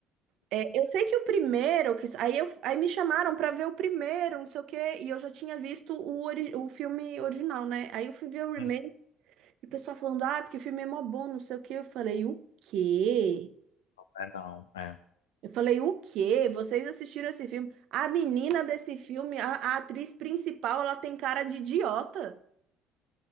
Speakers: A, on the right; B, on the left.
A: É, eu sei que o primeiro, que, aí, eu, aí me chamaram pra ver o primeiro, não sei o quê, e eu já tinha visto o, ori- o filme original, né? Aí eu fui ver o remake,
B: Hum.
A: e o pessoal falando, ah, porque o filme é mó bom, não sei o quê. Eu falei, o quê?
B: É, não, é.
A: Eu falei, o quê? Vocês assistiram esse filme? A menina desse filme, a, a atriz principal, ela tem cara de idiota.